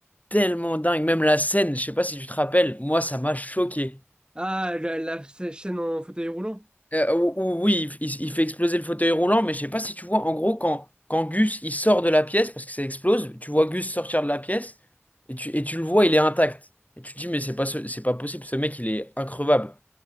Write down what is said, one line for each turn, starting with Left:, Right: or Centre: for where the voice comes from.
Left: tellement dingue. Même la scène, je sais pas si tu te rappelles, moi, ça m'a choqué.
Right: Ah, la, la sa- chaîne en fauteuil roulant?
Left: Euh, ou- ou oui, il, il- il fait exploser le fauteuil roulant, mais je sais pas si tu vois, en gros, quand, quand Gus, il sort de la pièce, parce que ça explose, tu vois Gus sortir de la pièce, et tu, et tu le vois, il est intact. Et tu te dis, mais c'est pas, ce- c'est pas possible, ce mec, il est increvable.